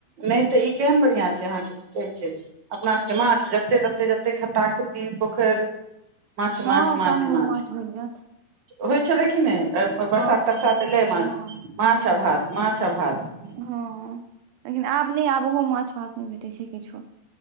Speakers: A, on the right; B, on the right.
A: नहि तऽ ई केहन बढ़िआं छै अहाँके कहै छै अपना सबके माछ जते तते जते खत्ता खुती पोखरि माछ
B: हँ
A: माछ माछ
B: सबमे
A: माछ
B: भेट जायत
A: होइ छलै क ने बरसात
B: हँ हँ
A: तरसात
B: हँ
A: एलै
B: हँ
A: माछ माछ
B: हँ
A: आ भात माछ आ भात
B: हँ लेकिन आब नहि आब ओहो माछ भात नहि भेटै छै किछो